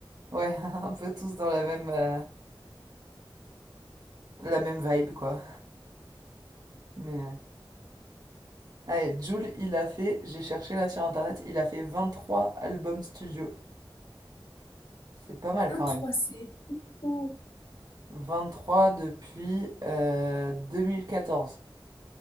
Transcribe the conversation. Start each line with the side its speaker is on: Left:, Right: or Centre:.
Right: Ouais, <laughs> un peu tous dans la même, euh, la même vibe, quoi. Mais, euh, allez, Jul, il a fait, j'ai cherché là sur internet, il a fait 23 albums studio. C'est
Left: <laughs>
Right: pas mal
Left: Un
Right: quand
Left: trois,
Right: même.
Left: c'est cool.
Right: vingt trois depuis euh, deux mille quatorze